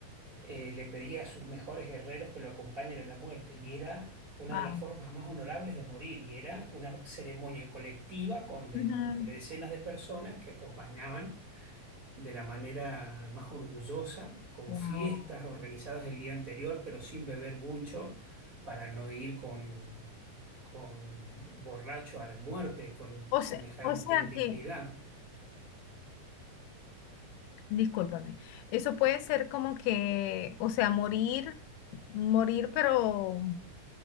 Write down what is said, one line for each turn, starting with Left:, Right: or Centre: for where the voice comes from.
Right: eh, le pedía a sus mejores guerreros que lo acompañen en la muerte y era una
Left: Wow.
Right: de las formas más honorables de morir y era una ceremonia colectiva con de,
Left: ujú.
Right: de decenas de personas que acompañaban de la manera más orgullosa, con
Left: Wow.
Right: fiestas organizadas el día anterior, pero sin beber mucho para no ir con, con borracho a la muerte, con
Left: O
Right: semejante
Left: sea, o sea
Right: indignidad.
Left: que, discúlpame, eso puede ser como que, o sea, morir, morir, pero